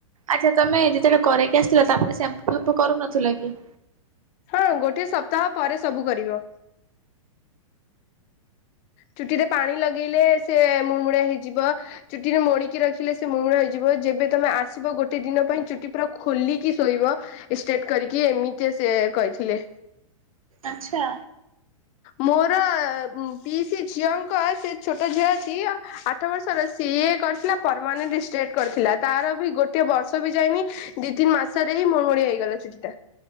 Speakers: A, on the right; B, on the left.
A: ଆଚ୍ଛା ତୋମେ ଯେତେବେଳେ କରେଇକି ଆସିଥିଲ ତାପରେ ସେମ୍ପୁ ଫାମ୍ପୁ କରୁନଥିଲ କି?
B: ହଁ ଗୋଟେ ସପ୍ତାହ ପରେ ସବୁ କରିବ। ଚୁଟି ରେ ପାଣି ଲଗେଇଲେ ସେ ମୁମୁଡିଆ ହେଇଯିବ। ଚୁଟିରେ ମୁଡିକି ରଖିଲେ ସେ ମୁର୍ମୁଳ ହେଇ ଯିବ ଯେବେ ତୋମେ ଆସିବ ଗୋଟେ ଦିନ ପାଇଁ ଚୁଟି ପୁରା ଖୋଲିକି ଶୋଇବ। ଷ୍ଟେଟ କରିକି। ଏମିତି ସେ କହିଥିଲେ।
A: ଆଚ୍ଛା।
B: ମୋର ଉଁ ପିଇସି ଝିଅଙ୍କ ସେ ଛୋଟ ଝିଅ ଅଛି। ଆଠ ବର୍ଷର ସିଏ କରିଥିଲା ପରମାନେଣ୍ଟ ଷ୍ଟେଟ କରିଥିଲା। ତାର ବି ଗୋଟିଏ ବର୍ଷ ବି ଯାଇନି ଦି ତିନି ମାସରେ ଏ ମୁଡମୁଡିଆ ହେଇଗଲା ଚୁଟି ଟା।